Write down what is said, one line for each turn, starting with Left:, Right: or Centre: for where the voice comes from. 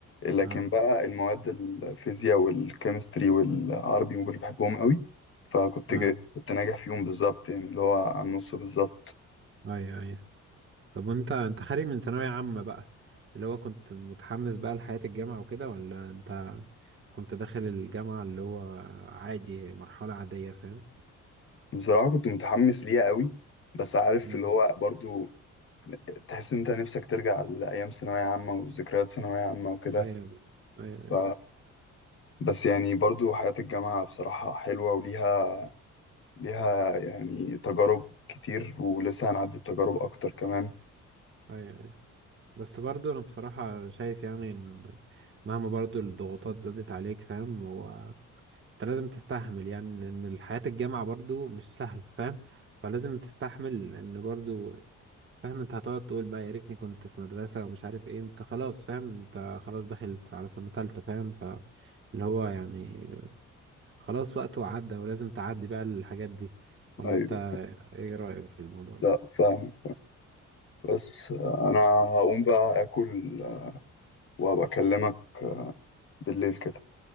Left: لكن
Right: اه
Left: بقى المواد الفيزياء والكيمستري والعربي ما كنتش بحبهم قوي فكنت
Right: اه
Left: جاي كنت ناجح فيهم بالظبط يعني اللي هو على النص بالظبط
Right: اي اي طب وانت انت خارج من ثانوية عامة بقى اللي هو كنت متحمس بقى لحياة الجامعة وكده ولا انت كنت داخل الجامعة اللي هو عادي مرحلة عادية فاهم
Left: بصراحه كنت متحمس ليها قوي بس عارف
Right: امم
Left: اللي هو برضو تحس إن أنت نفسك ترجع لأيام ثانوية عامة وذكريات ثانوية عامة وكده
Right: اه ايوه ايوه ايوه
Left: ف... بس يعني برضو حياة الجامعة بصراحة حلوة وليها ليها يعني تجارب كتير ولسه هنعدي بتجارب أكتر كمان
Right: ايوه بس برضو انا بصراحة شايف يعني ان مهما برضو الضغوطات زادت عليك فاهم هو انت لازم تستحمل يعني لان حياة الجامعة برضو مش سهلة فاهم فلازم تستحمل لان برضو فاهم انت هتقعد تقول بقى يا ريتني كنت في مدرسة ومش عارف ايه انت خلاص فاهم انت خلاص داخل على سنة تالتة فاهم فاللي هو يعني خلاص وقته عدى ولازم تعدي بقى الحاجات دي ولا
Left: أيوة
Right: انت ايه رأيك في الموضوع ده
Left: لا فاهم بس أنا هقوم بقى آكل وأبقى أكلمك بالليل كده